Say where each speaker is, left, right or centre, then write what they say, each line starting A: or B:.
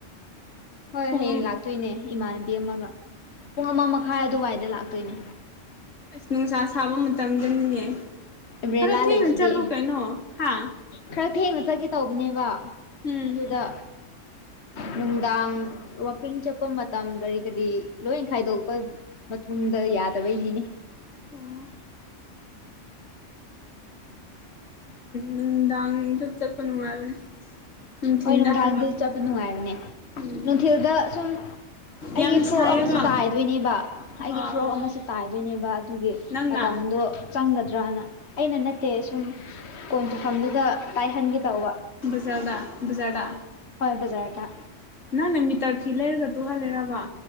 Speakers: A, on the left; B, on the left.
A: ꯍꯣꯏ
B: ꯄꯨꯡ
A: ꯍꯌꯦꯡ
B: ꯑꯃ
A: ꯂꯥꯛꯇꯣꯏꯅꯦ ꯏꯃꯥꯟꯅꯕꯤ ꯑꯃꯒ ꯄꯨꯡ ꯑꯃ ꯃꯈꯥꯏ ꯑꯗꯨꯋꯥꯏꯗ ꯂꯥꯛꯇꯣꯏꯅꯦ
B: ꯑꯁ ꯅꯨꯡꯁꯥ ꯁꯥꯕ ꯃꯇꯝꯗꯅꯤꯅꯦ
A: ꯑꯝꯕ꯭ꯔꯦꯂꯥ
B: ꯈꯔ ꯊꯦꯡꯅ
A: ꯂꯩꯁꯤꯗꯤ
B: ꯆꯠꯂꯨ ꯀꯩꯅꯣ ꯍꯥ
A: ꯈꯔ ꯊꯦꯡꯅ ꯆꯠꯀꯦ ꯇꯧꯕꯅꯦꯕ
B: ꯎꯝ
A: ꯑꯗꯨꯗ ꯅꯨꯡꯗꯥꯡ ꯋꯥꯋꯀꯤꯡ ꯆꯠꯄ ꯃꯇꯝ ꯀꯔꯤ ꯀꯔꯤ ꯂꯣꯏ ꯈꯥꯏꯗꯣꯛꯄ ꯃꯇꯨꯡꯗ ꯌꯥꯗꯕꯩꯅꯤꯅꯤ
B: ꯑꯣ ꯅꯨꯡꯗꯥꯡꯗ ꯆꯠꯄ ꯅꯨꯡꯉꯥꯏꯕꯅꯦ ꯅꯨꯡꯊꯤꯟꯗ
A: ꯍꯣꯏ ꯅꯨꯡꯗꯥꯡꯗ
B: ꯍꯥꯏꯕ
A: ꯆꯠꯄ ꯅꯨꯡꯉꯥꯏꯕꯅꯦ
B: ꯎꯝ
A: ꯅꯨꯡꯊꯤꯜꯗ ꯁꯨꯝ ꯑꯩꯒꯤ
B: ꯌꯥꯝ
A: ꯐꯣꯔꯣꯛ
B: ꯁꯥꯏꯌꯦꯕ
A: ꯑꯃꯁꯨ ꯇꯥꯏꯗꯣꯏꯅꯦꯕ ꯑꯩꯒꯤ
B: ꯑꯥ
A: ꯐꯣꯔꯣꯛ ꯑꯃꯁꯨ ꯇꯥꯏꯗꯣꯏꯅꯦꯕ ꯑꯗꯨꯒꯤ
B: ꯅꯪꯅ
A: ꯃꯝꯗꯨ ꯆꯪꯒꯗ꯭ꯔꯅ ꯑꯩꯅ ꯅꯠꯇꯦ ꯁꯨꯝ ꯀꯣꯟ ꯇꯨꯝꯐꯝꯗꯨꯗ ꯇꯥꯏꯍꯟꯒꯦ ꯇꯧꯕ
B: ꯕꯖꯥꯜꯗ-ꯕꯖ꯭ꯥꯔꯗ
A: ꯍꯣꯏꯕꯖꯔꯗꯇꯥ
B: ꯅꯪꯅ ꯃꯤꯇꯔ ꯐꯤ ꯂꯩꯔꯒ ꯇꯨꯍꯜꯂꯦꯔꯕ